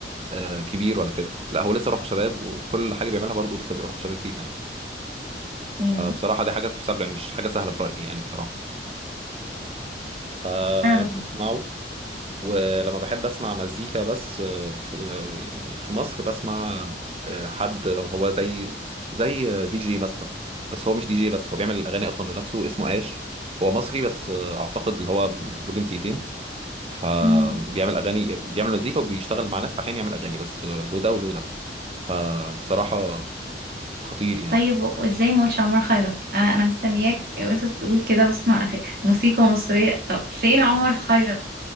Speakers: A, on the right (about 30°); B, on the right (about 55°).
A: آه، كبير ولا كده لا هو لسه روحه شباب وكل حاجه بيعملها برضه لسه بيبقى روحه شباب فيها يعني
B: امم
A: فبصراحه دي حاجه تحسب له يعني مش حاجه سهله في رايي يعني بصراحه فبسمعه
B: فعلا
A: ولما بحب اسمع مزيكا بس آه، في آه، يعني في مصر بسمع آه، حد هو زي زي دي جي مثلا بس هو مش دي جي بس هو بيعمل الاغاني اصلا لنفسه اسمه اش هو مصري بس آه، اعتقد اللي هو له جنسيتين فبيعمل
B: مم.
A: اغاني بيعمل مزيكا وبيشتغل مع ناس احيانا يعمل اغاني بس آه، له ده وله ده فبصراحة خطير يعني
B: طيب و- ازاي ما قلتش عمر خيرت انا انا مستنياك وانت تقول كده بسمع أغ- موسيقى مصرية طب فين عمر خيرت